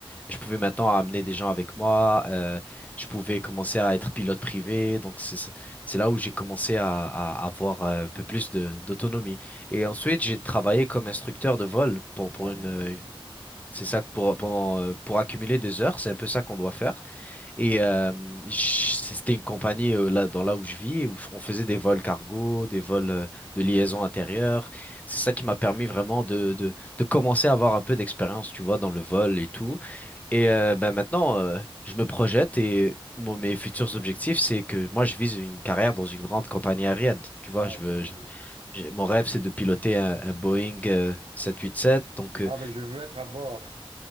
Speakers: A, on the left; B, on the right.
A: je pouvais maintenant amener des gens avec moi, euh, je pouvais commencer à être pilote privé, donc c'est c'est là où j'ai commencé à, à avoir euh, un peu plus de d'autonomie. Et ensuite, j'ai travaillé comme instructeur de vol pour pour
B: Ah
A: une
B: oui.
A: euh, c'est ça que pour pendant euh, pour accumuler des heures, c'est un peu ça qu'on doit faire. Et euh, j- c'était une compagnie euh, là dans là où je vis où on faisait des vols cargo, des vols euh, de liaison intérieure. C'est ça qui m'a permis vraiment de de de commencer à avoir un peu d'expérience, tu vois, dans le vol et tout. Et euh, bah, maintenant, euh, je me projette et mon- mes futurs objectifs, c'est que moi, je vise une carrière dans une grande compagnie aérienne. Tu vois,
B: Ah
A: je veux,
B: oui.
A: je- j'ai- mon rêve, c'est de piloter un, un Boeing euh, 787. Donc, euh,
B: Ah ben je veux être à bord.